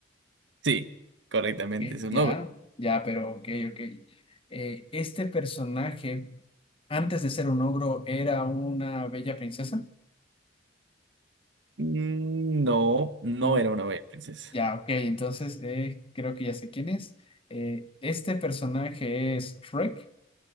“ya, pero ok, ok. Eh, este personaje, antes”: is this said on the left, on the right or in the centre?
Left